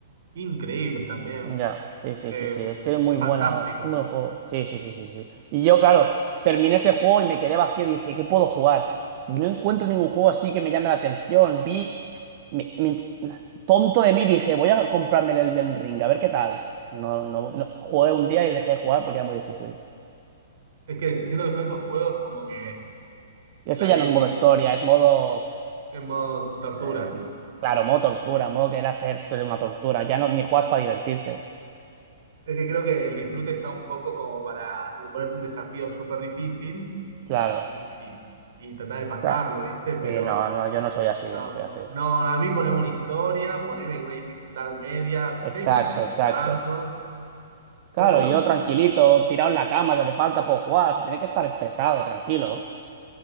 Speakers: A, on the right (about 55°); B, on the right (about 35°).
A: increíbles también.
B: Ya, sí, sí,
A: Eh,
B: sí, sí. Este es muy
A: es fantástico.
B: bueno, muy buen juego. Sí, sí, sí, sí, sí. Y yo, claro, terminé ese juego y me quedé vacío y dije, ¿qué puedo jugar? Y no encuentro ningún juego así que me llame la atención. Vi, me- me- tonto de mí, dije, voy a comprarme el Elden Ring, a ver qué tal. No, no, no. Jugué un día y dejé de jugar porque era muy difícil.
A: Es que siento que son esos juegos como que
B: Y eso
A: la,
B: ya
A: el
B: no es modo
A: di-
B: historia, es modo, pues,
A: en modo tortura.
B: eh, claro, modo tortura, modo querer hacerte una tortura. Ya no, ni juegas para divertirte.
A: Es que creo que el disfrute está un poco como para ponerte un desafío súper difícil
B: Claro,
A: y, y tratar de pasarlo,
B: claro.
A: ¿viste? Pero
B: Sí, no, no, yo no soy así,
A: no,
B: yo no soy así.
A: no, a mí poneme una historia, poneme una dificultad media, que
B: Exacto,
A: sea difícil, pero
B: exacto.
A: no tanto.
B: Claro,
A: Bueno, uno
B: yo
A: que
B: tranquilito, tirado en la cama, si hace falta puedo jugar, sin tener que estar estresado, tranquilo.